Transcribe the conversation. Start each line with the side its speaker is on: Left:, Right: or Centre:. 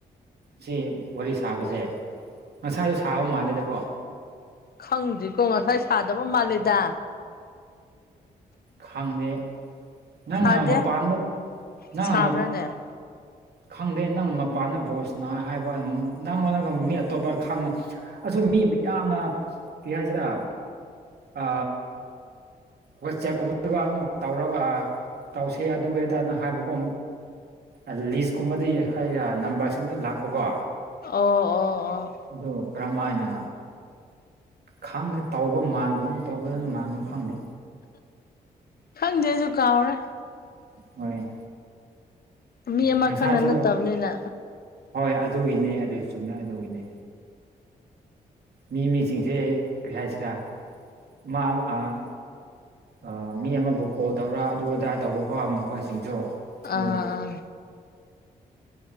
Right: ꯁꯤ ꯋꯥꯔꯤ ꯁꯥꯕꯁꯦ ꯉꯁꯥꯏꯁꯨ ꯁꯥꯕ ꯃꯥꯜꯂꯦꯗꯀꯣ
Left: ꯈꯪꯗ꯭ꯔꯤꯀꯣ ꯉꯁꯥꯏ ꯁꯥꯗꯕ ꯃꯥꯜꯂꯦꯗ
Right: ꯈꯪꯗꯦ ꯅꯪ
Left: ꯁꯥꯗꯦ
Right: ꯃꯄꯥꯟꯗ ꯅꯪ
Left: ꯁꯥꯕ꯭ꯔꯥꯅꯦ
Right: ꯃ ꯈꯪꯗꯦ ꯅꯪ ꯃꯄꯥꯟꯗ ꯕꯣꯜ ꯁꯅꯩ ꯍꯥꯏꯕ ꯅꯪꯉꯣꯟꯗꯒ ꯃꯤ ꯑꯇꯣꯞꯄ ꯈꯪ ꯑꯁꯣ ꯃꯤ ꯃꯌꯥꯝꯅ ꯀꯩ ꯍꯥꯏꯁꯤꯔ ꯑ ꯋꯥꯆꯦꯞꯀꯨꯝꯕꯒ ꯑꯃꯨꯛ ꯇꯧꯔꯒ ꯇꯧꯁꯤ ꯑꯗꯨ ꯑꯗꯥ ꯍꯥꯏꯕꯀ‌ꯣ ꯑ ꯂꯤꯁꯀꯨꯝꯕꯗꯤ ꯅꯝꯕꯔꯁꯤꯡꯅ ꯂꯥꯛꯄꯀꯣ
Left: ꯑꯣ ꯑꯣ ꯑꯣ
Right: ꯑꯗꯨ ꯀꯔꯝ ꯃꯥꯏꯅ ꯈꯪꯉꯦ ꯇꯧꯕ ꯃꯥꯡꯒꯨꯝ ꯇꯧꯕꯗꯨꯅ ꯃꯥꯡꯒꯨꯝ ꯈꯪꯗꯦ
Left: ꯈꯪꯗꯦ ꯑꯩꯖꯨ ꯀꯥꯎꯔꯦ
Right: ꯍꯣꯏ
Left: ꯃꯤ ꯑꯃ
Right: ꯉꯁꯥꯏꯁꯨ
Left: ꯈꯛꯅ ꯅꯠꯇꯕꯅꯤꯅ
Right: ꯍꯣꯏ ꯑꯗꯨꯒꯤꯅꯦ ꯑꯗꯨ ꯆꯨꯝꯃ‌ꯦ ꯑꯗꯨꯒꯤꯅꯦ ꯃꯤ ꯃꯤꯁꯤꯡꯁꯦ ꯀ꯭ꯔꯤ ꯍꯥꯏꯁꯤꯔꯥ ꯃꯥ ꯑꯥ ꯑ ꯃꯤ ꯑꯃꯕꯨ ꯀꯣꯜ ꯇꯧꯔ ꯑꯗꯨ ꯑꯗꯥ ꯇꯧꯕꯀꯣ ꯃꯈꯣꯏꯁꯤꯡꯁꯨ ꯑꯗꯨ
Left: ꯑꯥ ꯑꯥ